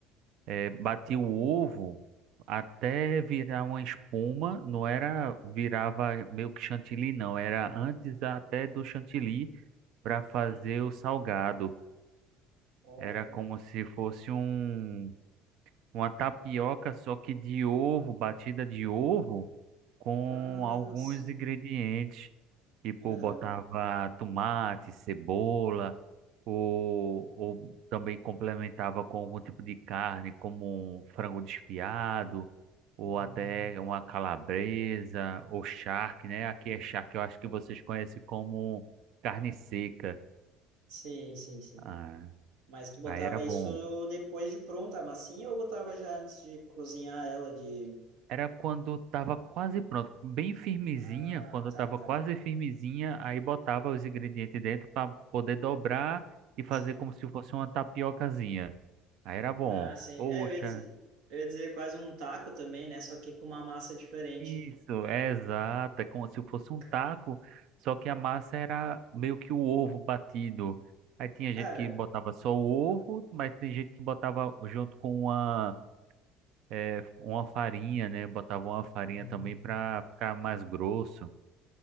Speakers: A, on the right; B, on the right.
A: É, batia o ovo até virar uma espuma, não era, virava meio que chantilly, não, era antes até do chantilly para fazer
B: Uhum.
A: o salgado.
B: Oh.
A: Era como se fosse um, uma tapioca, só que de ovo, batida de ovo, com
B: Ah,
A: alguns
B: sim.
A: ingredientes. Tipo,
B: Aham.
A: botava tomate, cebola, ou, ou também complementava com algum tipo de carne, como um frango desfiado, ou
B: Uhum.
A: até uma calabresa, ou charque, né? Aqui é charque, eu acho que vocês conhecem como carne seca.
B: Sim, sim, sim.
A: Ah,
B: Mas tu botava
A: aí era bom.
B: isso depois de pronta a massinha ou botava já antes de cozinhar ela de...
A: Era quando tava quase pronto, bem firmezinha,
B: Ah,
A: quando
B: tá,
A: tava
B: tá.
A: quase firmezinha, aí botava os ingredientes dentro para poder dobrar e fazer
B: Sim.
A: como se fosse uma tapiocazinha. Aí era bom.
B: Ah, sim.
A: Poxa,
B: É, eu ia dizer, eu ia dizer quase um taco também, né? Só que com uma massa diferente.
A: isso, é exato. É como se fosse um
B: Ca-
A: taco, só que a massa era meio que o ovo batido. Aí tinha
B: Cara...
A: gente que botava só o ovo, mas tem gente que botava junto com uma, é, uma farinha, né? Botava uma farinha
B: Uhum.
A: também para ficar mais grosso.